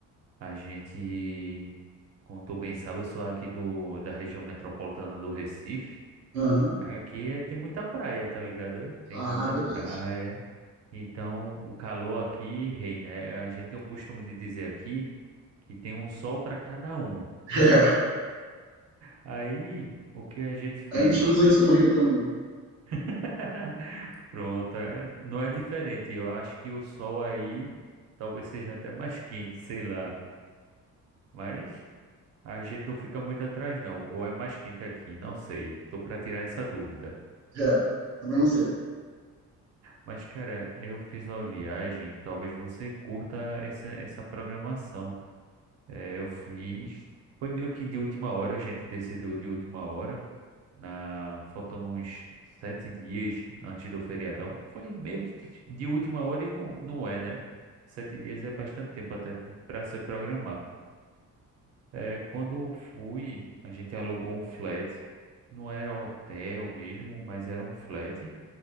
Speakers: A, on the right; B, on the right.
A: A gente, como tu bem sabe, eu sou aqui do, da região metropolitana do Recife.
B: Aham.
A: Aqui é- tem muita praia, tá ligado? Tem
B: Ah,
A: muita
B: verdade.
A: praia. Então, o calor aqui reina. É, A gente tem o costume de dizer aqui que tem um sol para cada um.
B: <laughs>
A: Aí, o que a gente fez?
B: É, a gente usa isso no Rio também.
A: <laughs> Pronto, é- não é diferente. Eu acho que o sol aí talvez seja até mais quente, sei lá. Mas a gente não fica muito atrás, não. Ou é mais quente aqui, não sei. Tô para tirar essa dúvida.
B: É, também não sei.
A: Mas, cara, eu fiz uma viagem, talvez você curta essa, essa programação. É, eu fiz, foi meio que de última hora, a gente decidiu de última hora, na, faltando uns sete dias antes do feriadão. Foi meio que de de última hora e não, não é, né? Sete dias é bastante tempo até para se programar. É, quando eu fui, a gente alugou um flat, não era hotel mesmo, mas era um flat,